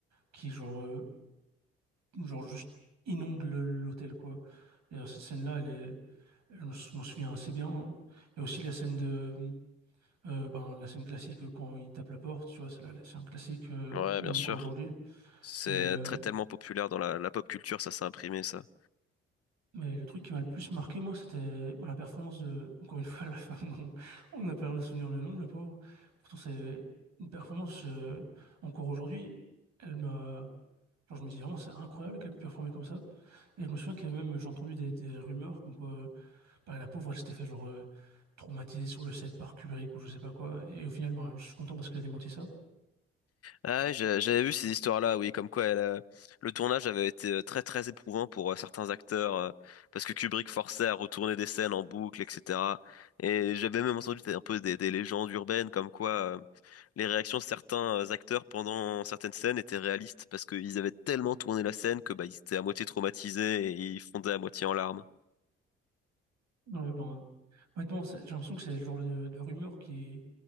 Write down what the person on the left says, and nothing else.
Ouais,
bien sûr.
C'est
très tellement populaire dans la, la pop culture, ça s'est imprimé, ça.
Ah, oui, j'ai- j'avais vu ces histoires-là, oui, comme quoi elle, euh, le tournage avait été euh, très très éprouvant pour euh, certains acteurs, euh, parce que Kubrick forçait à retourner des scènes en boucle, etc. Et j'avais même entendu des- un peu des, des légendes urbaines, comme quoi euh, les réactions de certains euh, acteurs pendant certaines scènes étaient réalistes, parce qu'ils avaient tellement tourné la scène que bah, ils étaient à moitié traumatisés et ils fondaient à moitié en larmes.